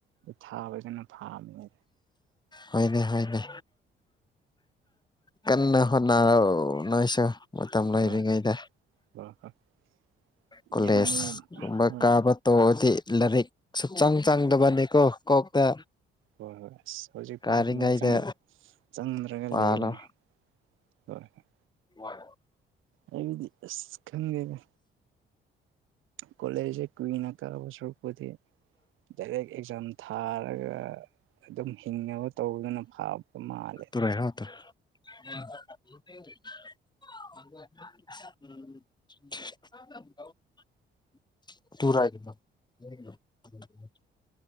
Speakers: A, on the right; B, on the left.
A: ꯊꯥꯕꯁꯤꯅ ꯐꯥꯕꯅꯤ
B: ꯍꯣꯏꯅꯦ ꯍꯣꯏꯅꯦ ꯀꯟꯅ ꯍꯣꯠꯅꯔ ꯅꯣꯏꯁꯨ ꯃꯇꯝ ꯂꯩꯔꯤꯉꯩꯗ
A: ꯍꯣꯏ <unintelligible>
B: ꯀꯣꯂꯦꯁ
A: ꯌꯥꯝ
B: ꯈꯨꯝꯕ
A: ꯍꯣꯏ
B: ꯀꯥꯕꯥ ꯇꯧꯑꯗꯤ ꯂꯥꯏꯔꯤꯛ ꯁꯨꯛꯆꯪ ꯆꯪꯗꯕꯅꯤꯀꯣ ꯀꯣꯛꯇ
A: ꯍꯣꯏ ꯍꯣꯏ ꯑꯁ ꯍꯧꯖꯤꯛ
B: ꯀꯥꯔꯤꯉꯩꯗ
A: ꯐꯥꯎꯗꯨꯃꯥꯏꯅ ꯆꯪꯗ꯭ꯔꯒ
B: ꯄꯥꯜꯂꯣ
A: ꯂꯩꯕꯅꯦ ꯍꯣꯏꯣꯏ
B: ꯍꯣꯏ
A: ꯑꯩꯕꯗꯤ ꯑꯁ ꯈꯪꯒꯦꯅꯦ ꯀꯣꯂꯦꯖꯁꯦ ꯀꯨꯏꯅ ꯀꯛꯕ ꯁꯔꯨꯛꯄꯨꯗꯤ ꯗꯥꯏꯔꯦꯛ ꯑꯦꯛꯖꯥꯝ ꯊꯥꯔ ꯑꯗꯨꯒ ꯑꯗꯨꯝ ꯍꯤꯡꯅꯕ ꯇꯧꯗꯨꯅ ꯐꯥꯕ ꯃꯥꯜꯂꯦ
B: <unintelligible> <unintelligible> <unintelligible> <unintelligible>